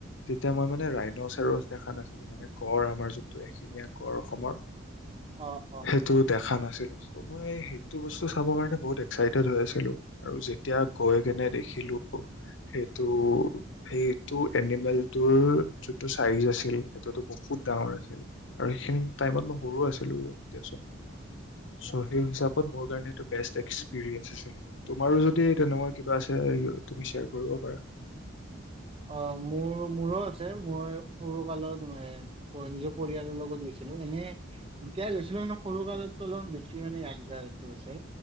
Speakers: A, on the left; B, on the right.
A: তেতিয়া মই মানে ৰাইন চেৰছ দেখা নাছিলো মানে গড় আমাৰ যোন এশিঙীয়া গড় অসমৰ
B: অ', অ'।
A: সেইটো দেখা নাছিলো ত মই সেইটো বস্তু চাব কাৰণে বহুত এক্সাইটেড হৈ আছিলো আৰু যেতিয়া গৈ কিনে দেখিলো সেইটো সেইটো এনিমেলটোৰ যোনটো চাইজ আছিল সেইটোতো বহুত ডাঙৰ আছিল। আৰু সেইখিনি টাইমত মই সৰু আছিলো দিয়াচোন। চ' সেই হিচাপত মোৰ কাৰণে এইটো বেষ্ট এক্সপিৰিয়েঞ্চ আছিল। তুমাৰো যদি তেনেকুৱা কিবা আছে তুমি শ্বেয়াৰ কৰিব পাৰা।
B: অ মোৰ মোৰো আছে মই সৰু কালত মে অ, নিজৰ পৰিয়ালৰ লগত গৈছিলো এনে এতিয়া গৈছিলো মানে সৰু কালতো অলপমান বেছি মানে য়াদগাৰটো আছে।